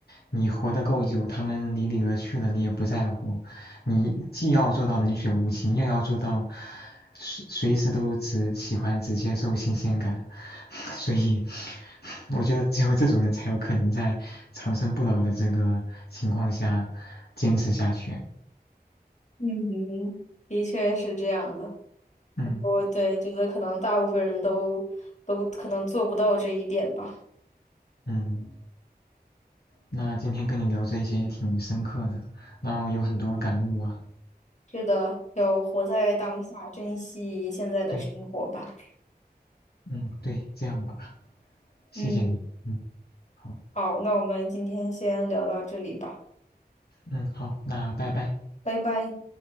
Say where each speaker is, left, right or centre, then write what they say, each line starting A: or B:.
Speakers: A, on the left; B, on the left.
A: 你活得够久，他们离你而去了，你也不在乎。你既要做到冷血无情，又要做到随随时都只喜欢只接受新鲜感，<laughs> 所以我觉得只有这种人才有可能在长生不老的这个情况下坚持下去。
B: 嗯，的确是这样的。
A: 嗯
B: 我对觉得可能大部分人都都可能做不到这一点吧。
A: 嗯，那今天跟你聊这些也挺深刻的，然后有很多感悟啊。
B: 是的，要活在当下，珍惜现在的生活吧。
A: 对，嗯对，这样吧，谢谢你。
B: 嗯，
A: 嗯，好，
B: 好，那我们今天先聊到这里吧，
A: 嗯好，那拜拜。
B: 拜拜。